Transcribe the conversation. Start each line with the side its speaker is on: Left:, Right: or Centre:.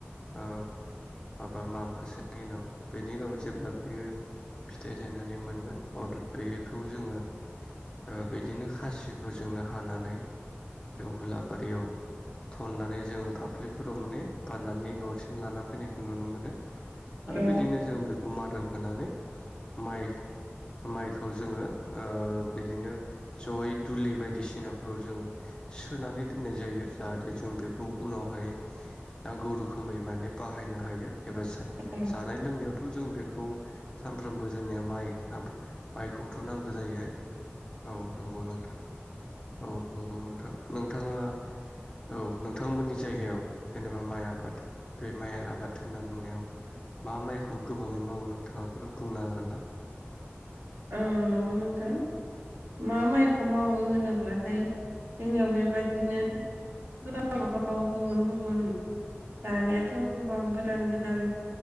Left: औ माबा मांखोसोनि उनाव बेनि उनाव जेब्ला बियो फिथाइ थायनानै मोनगोन अब्ला बेखौ जोङो ओ बिदिनो खासिखौ जोंनो हानानै जों हुलाबारियाव थननानै जोङो फाफ्लिफोराव माने बाननानै न'सिम लाना फैनायखौ नुनो मोनो
Right: औ
Left: आरो बिदिनो जों बेख खौ मादोन होनानै माइ माइखौ जोङो ओ बिदिनो जयै दुलि बायदिसिनाफ्राव जोङो सोनानै दोननाय जायो जाहाथे जों बेखौ उनावहाय नांगौ रोखोमै माने बाहायनो हायो एबा
Right: औ
Left: जानाय लोंनायाव थ' जों बेखौ सानफ्रोमबो जोंनिया माइ माइखौथ' नांगो जायो। औ नंगौ नोंथाङ। औ नंगौ नोंथां नोंथाङा औ नोंथांमोननि जायगायाव जेनेबा माइ आबाद बे माइ आबाद होनना बुंनायाव मा माइखौ गोबाङै मावो नोंथाङाफोर बुंनो हागोन ना?
Right: औ नंगौ नोंथां। मा माइखौ मावो होनोब्लाथाय जोंनियाव बेबादिनो गाव गाव गुबुन गुबुन दानिाथ' गोबां गोदान गोदान